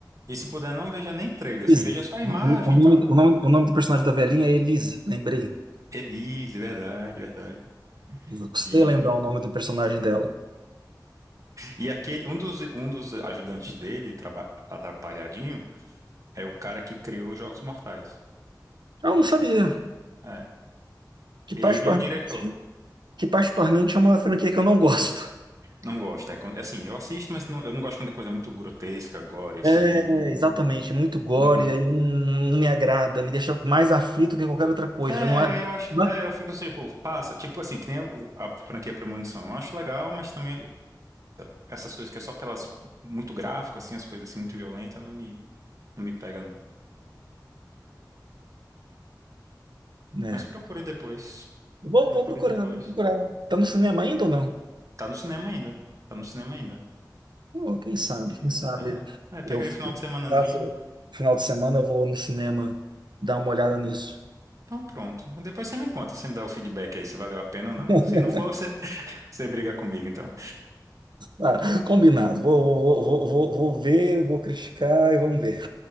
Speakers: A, on the right; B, on the right.
A: E se puder, não veja nem trailer, assim,
B: Elise.
A: veja só a
B: O,
A: imagem
B: o- nome,
A: e tal.
B: o, nome, o nome do personagem da velhinha é Elise, lembrei.
A: Elise, verdade, verdade.
B: Eu custei
A: E,
B: lembrar o nome do personagem dela.
A: e aquele, um dos, um dos ajudantes dele, traba- atrapalhadinho, é o cara que criou Jogos Mortais.
B: Ah, Eu não sabia.
A: É.
B: Que
A: Ele
B: particularmente,
A: e o diretor.
B: que particularmente é uma franquia que eu não gosto.
A: Não gosto. É, quando- assim, eu assisto, mas não- eu não gosto quando é coisa muito grotesca, gore, assim.
B: É,
A: Não,
B: exatamente, é muito gore,
A: não-
B: aí não, não me agrada, me deixa mais aflito que qualquer outra coisa.
A: É,
B: Já não é.
A: eu acho.
B: não-
A: É, eu fico assim, tipo, passa. Tipo assim, que nem o- a franquia Premonição. Eu acho legal, mas também essas coisas que é só pelas muito gráfico, assim, as coisas assim muito violentas, não me, não me pega, não.
B: é.
A: Mas procure depois.
B: Vou,
A: Procure
B: vou procurar,
A: depois.
B: vou procurar. Tá no cinema ainda ou não?
A: Tá no cinema ainda. Tá no cinema ainda.
B: Oh, quem
A: E,
B: sabe, quem sabe
A: e- é. É, pega
B: eu
A: aí um final de semanazinho.
B: faço- final de semana eu vou no cinema dar uma olhada nisso.
A: Então pronto. Depois você me conta, você me dá o feedback aí se valeu a pena ou não.
B: <laughs>
A: Se não for, você, <laughs> você briga comigo, então.
B: Ah, combinado. Vou, vou, vou, vou, vou ver, vou criticar e vamos ver.